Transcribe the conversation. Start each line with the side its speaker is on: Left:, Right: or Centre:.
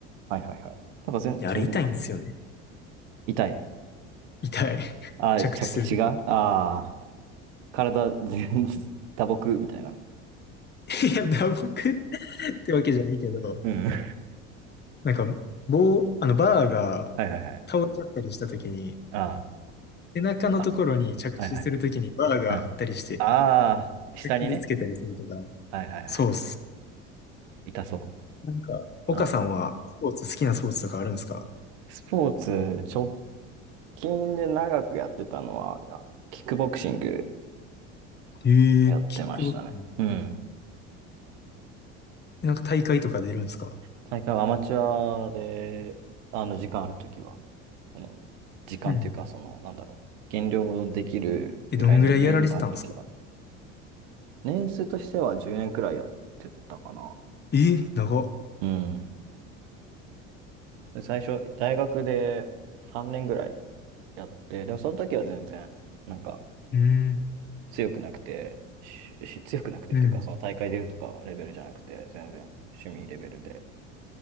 Right: はいはいはい。なんか全、
Left: いや、
Right: 全然、
Left: あれ痛いんですよね。
Right: 痛い。
Left: 痛い。<laughs>
Right: ああ、
Left: 着地するとき。
Right: 着地が、ああ、体全、<laughs> 打撲みたいな。
Left: <laughs> いや、打撲 <laughs> ってわけじゃないけど、
Right: うん。は
Left: なんか、棒、あの、バーが
Right: いはいはい。
Left: 倒れちゃったりしたときに、
Right: あ
Left: 背中のところに着地するときにバーがあったりして、
Right: あ、あ、はいはいはい。うん。ああ、下にね。
Left: 傷つけたりするとか。
Right: はいはいはい。
Left: そうっす。
Right: 痛そう。
Left: なんか、岡さんはスポーツ、
Right: うん。
Left: 好きなスポーツとかあるんですか
Right: スポーツ、直近で長くやってたのは、あのキックボクシング
Left: ええキックボクシング
Right: やってましたね。うん。
Left: なんか大会とか出るんですか
Right: 大会はアマチュアで、あの、時間あるときは。この時間というか、
Left: うん。
Right: その、なんだろう、減量できるぐらいの余裕があるときは。
Left: え、どんぐらいやられてたんですか
Right: 年数としては10年くらいやってたかな。
Left: え、長っ。
Right: うん。最初、大学で3年ぐらいやって、でもその時は全然、なんか、
Left: うん。
Right: 強くなくて、しし強くなくてっていうか、
Left: うん。
Right: その大会出るとかレベルじゃなくて、全然趣味レベルで。